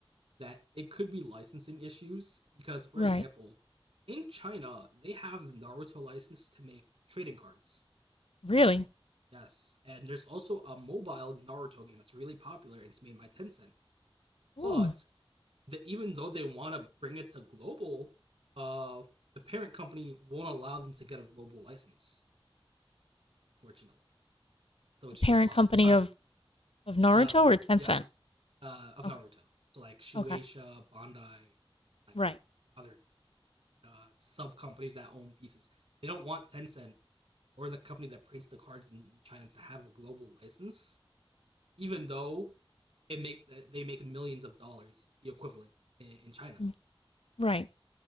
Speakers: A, on the right (about 75°); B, on the left (about 80°).
A: that it could be licensing issues because for
B: Right.
A: example, in China they have the Naruto license to make trading cards.
B: Really?
A: Yes. And there's also a mobile Naruto game that's really popular and it's made by Tencent.
B: Ooh.
A: But that even though they want to bring it to global, uh, the parent company won't allow them to get a global license, fortunately. So it's
B: The parent
A: just locked
B: company
A: in China.
B: of, of Naruto
A: Uh,
B: or Tencent?
A: yes, uh, of
B: Okay.
A: Naruto. So like Shueisha,
B: Okay.
A: Bandai, like
B: Right.
A: other uh, sub companies that own pieces. They don't want Tencent or the company that prints the cards in China to have a global license, even though it make they make millions of dollars, the equivalent in, in China.
B: Mm, Right.